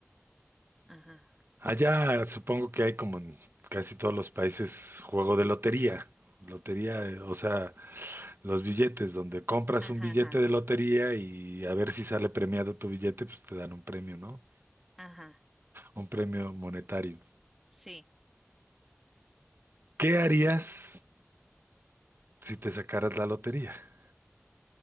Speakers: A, in the centre; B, on the right (about 50°).
A: ajá,
B: Allá supongo que hay como en casi todos los países juego de lotería. Lotería, eh, o sea, los billetes, donde compras
A: ajá,
B: un billete
A: ajá,
B: de lotería y a ver si sale premiado tu billete, pues te dan un premio, ¿no?
A: ajá,
B: Un premio monetario.
A: sí.
B: ¿Qué harías? si te sacaras la lotería. <laughs>